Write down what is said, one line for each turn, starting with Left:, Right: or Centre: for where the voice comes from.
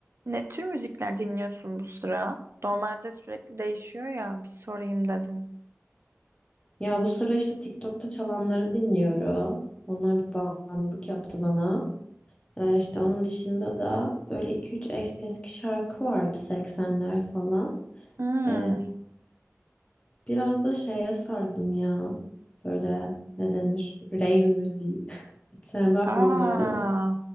Right: Ne tür müzikler dinliyorsun bu sıra? Normalde sürekli değişiyor ya, bir sorayım dedim.
Left: Ya bu sıra işte TikTok'ta çalanları dinliyorum. Onlar bir bağımlılık yaptı bana. Ee, işte onun dışında da böyle iki üç eski şarkı vardı 80'ler falan.
Right: Hmm.
Left: Ee, biraz da şeye sardım ya. Böyle ne denir? Rave müziği. <laughs> Hiç sevmem
Right: Aa,
Left: normalde de.